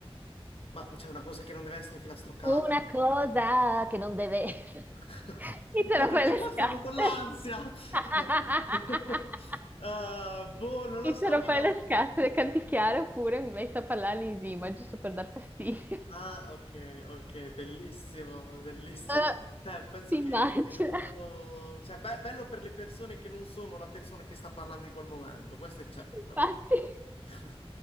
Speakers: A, on the left; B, on the right.
A: ma c'è una cosa che non deve essere filastroccata.
B: Una cosa che non deve... <laughs>
A: <laughs>
B: Mi te
A: No,
B: lo
A: perché
B: fai le
A: boh,
B: scatole.
A: stavo con l'ansia.
B: <laughs>
A: <laughs> Ah, boh, non lo
B: Mi
A: so,
B: te lo
A: io...
B: fai le scatole, canticchiare oppure mi metto a parlare in rima, giusto per dar fastidio.
A: Ah, ok, ok, bellissimo, ma bellissimo.
B: <laughs> Eh,
A: Cioè, penso
B: Ti
A: che
B: immagino.
A: sia molto... Cioè, be- bello per le persone che non sono la persona che sta parlando in quel momento, questo è certo.
B: Infatti,
A: <laughs>